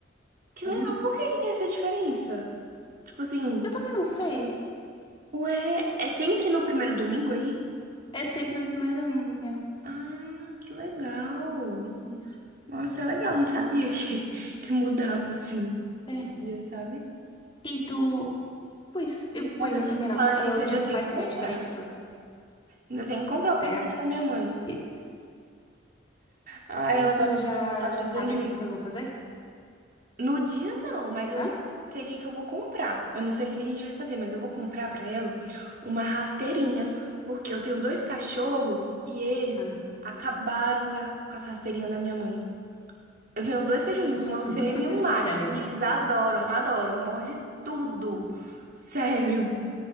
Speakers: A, on the right; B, on the left.
A: Que legal,
B: Uhum.
A: por que que tem essa diferença? Tipo assim,
B: Eu também não sei.
A: ué, é sempre no primeiro domingo aí?
B: É sempre no primeiro domingo, é.
A: Ah, que legal.
B: Isso,
A: Nossa, é legal, não sabia
B: mesmo.
A: <laughs> que, que mudava assim
B: É.
A: o dia, sabe?
B: E tu... Pois, eu,
A: Nossa,
B: pois eu também não.
A: falando
B: Ah,
A: nisso,
B: O
A: eu
B: Dia
A: ainda
B: dos
A: tem
B: Pais
A: que
B: também
A: comprar.
B: é diferente, tu...
A: Ainda tem que comprar o presente
B: É.
A: da minha mãe.
B: E,
A: Ah, ela
B: e tu
A: gosta,
B: já,
A: ela tá precisando
B: já sabe
A: de
B: o
A: mim.
B: que que vocês vão fazer?
A: No dia não, mas eu
B: Hã?
A: já sei o que que eu vou comprar. Eu não sei o que a gente vai fazer, mas eu vou comprar pra ela uma rasteirinha, porque eu tenho dois cachorros e eles
B: Ah.
A: acabaram com, a- com as rasteirinhas da minha mãe. Eu tenho dois cachorrinhos, uma
B: <laughs>
A: fêmea e um
B: Sério.
A: macho, e eles adoram, adoram, morde tudo. Sério.